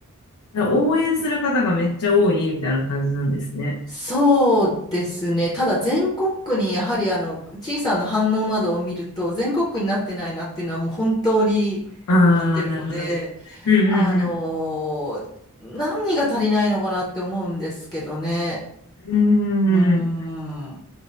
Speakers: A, on the left; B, on the left.
A: ゃあ応援する方がめっちゃ多いみたいな感じなんですね。
B: そうですね。ただ全国区にやはりあの、小さな反応などを見ると、全国区になってないなっていうのはもう本当に分かってるので、
A: ああ、なるほど。うんう
B: あのー何が足りないのかなって思うんですけどね。
A: んうん。
B: うーん。
A: うーん。
B: あ、